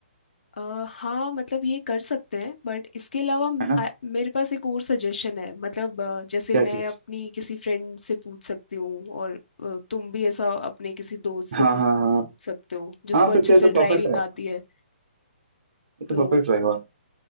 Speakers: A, on the left; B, on the right.
A: अ, हाँ मतलब ये कर सकते हैं बट इसके अलावा म-
B: है ना
A: आ- मेरे पास एक और सजेशन है मतलब अ, जैसे
B: क्या
A: मैं
B: चीज
A: अपनी किसी फ्रेंड से पूछ सकती हूँ और अ, तुम भी ऐसा अपने किसी दोस्त से
B: हाँ
A: पूछ
B: हाँ हाँ
A: पूछ सकते हो जिसको
B: हाँ फिर
A: अच्छे
B: तो ये
A: से
B: तो परफेक्ट
A: ड्राइविंग
B: रहेगा
A: आती है
B: ये तो
A: तो
B: परफेक्ट रहेगा